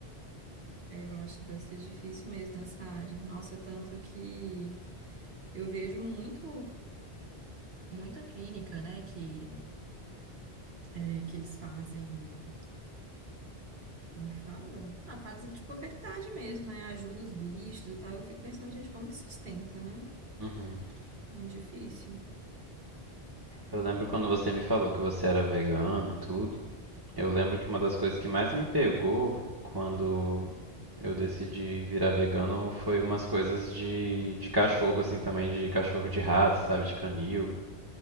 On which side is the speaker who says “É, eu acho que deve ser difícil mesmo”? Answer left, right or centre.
Right